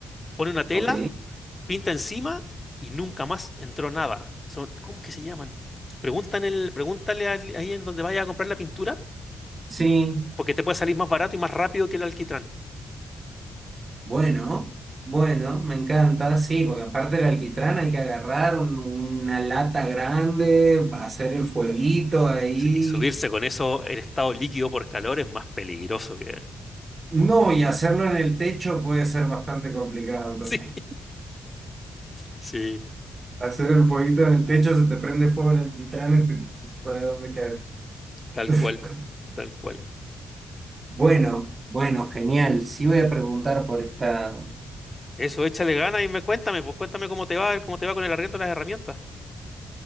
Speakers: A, on the left; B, on the right.
A: pone una tela,
B: Ok,
A: pinta encima y nunca más entró nada. Son, ¿cómo es que se llaman? Preguntan el, pregúntale al- ahí en donde vaya a comprar la pintura,
B: sí,
A: porque te puede salir más barato y más rápido que el alquitrán.
B: bueno, bueno, me encanta, sí, porque aparte del alquitrán hay que agarrar un- una lata grande, hacer el fueguito ahí.
A: Sí, Y subirse con eso en estado líquido por calor es más peligroso que...
B: No, y hacerlo en el techo puede ser bastante complicado también.
A: <laughs> Sí, sí,
B: Hacer el fueguito en el techo, se te prende fuego el alquitrán, no hay dónde caer.
A: tal
B: <laughs>
A: cual, tal cual.
B: Bueno, bueno, genial. Sí voy a preguntar por esta.
A: Eso, échale ganas y me cuéntame, pues cuéntame cómo te va, cómo te va con el arriendo de las herramientas.